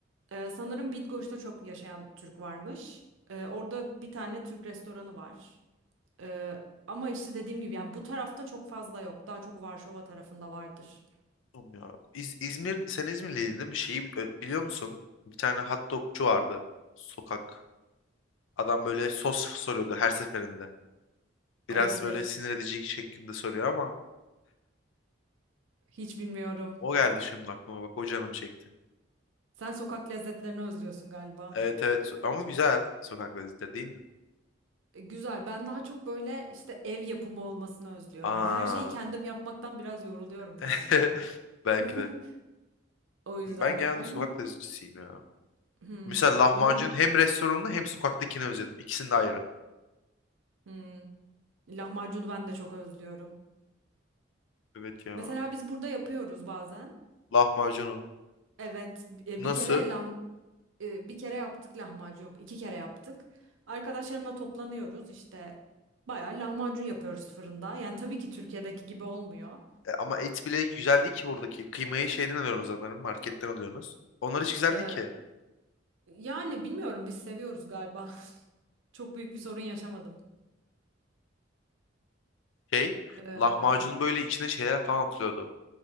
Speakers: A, on the right; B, on the left.
A: E, sanırım Bitgoç'ta çok yaşayan Türk varmış. E, orada bir tane Türk restoranı var. E, ama işte dediğim gibi yani bu tarafta çok fazla yok. Daha çok Varşova tarafında vardır.
B: Oğlum Ya. İz- İzmir, sen İzmirliydin değil mi? Şeyi ö- biliyor musun? Bir tane hot dogçu vardı. Sokak. Adam böyle sos soruyordu her seferinde. Biraz
A: Olabilir.
B: böyle sinir edici şeklinde soruyor ama
A: Hiç bilmiyorum.
B: o geldi şimdi aklıma bak o canım çekti.
A: Sen sokak lezzetlerini özlüyorsun galiba.
B: Evet evet So, ama güzel sokak lezzetleri değil mi?
A: E, güzel. Ben daha çok böyle işte ev yapımı olmasını özlüyorum.
B: Aa.
A: Hani her şeyi kendim yapmaktan biraz yoruluyorum galiba.
B: <laughs>
A: <laughs>
B: Belki de.
A: O yüzden
B: Ben genelde
A: onun
B: sokak lezzetçisiyim ya.
A: hmm,
B: Mesela lahmacun
A: onun
B: hem restoranını hem sokaktakini özledim. İkisini de ayrı.
A: hmm, lahmacunu ben de çok özlüyorum.
B: Evet ya.
A: Mesela biz burada yapıyoruz bazen.
B: Lahmacunu.
A: Evet, e,
B: Nasıl?
A: bir kere lah, e, bir kere yaptık lahmacun yok, iki kere yaptık. Arkadaşlarımla toplanıyoruz işte bayağı lahmacun yapıyoruz fırında. Yani tabii ki Türkiye'deki gibi olmuyor.
B: E, ama et bile güzel değil ki buradaki. Kıymayı şeyden alıyorsunuz sanırım. Marketten alıyorsunuz. Onlar hiç güzel
A: Ee,
B: değil ki.
A: yani bilmiyorum biz seviyoruz galiba. <laughs> Çok büyük bir sorun yaşamadım.
B: Şey,
A: Ee,
B: lahmacunun böyle içine şeyler falan atılıyordu.